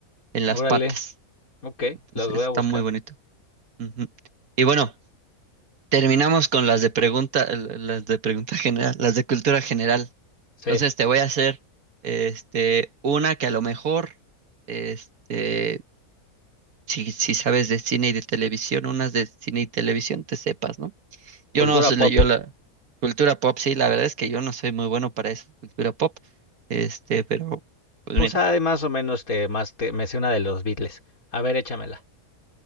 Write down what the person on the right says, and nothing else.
en
las patas.
Entonces
está
muy bonito. Ujú. Y bueno, terminamos con las de pregunta, l- las de pregunta general, las de cultura general.
Entonces te voy a hacer este, una que a lo mejor, este, si, si sabes de cine y de televisión, unas de cine y televisión te sepas, ¿no?
Yo no sé,
yo la cultura pop, sí, la verdad es que yo no soy muy bueno para esa cultura pop. Este, pero, pues
mira.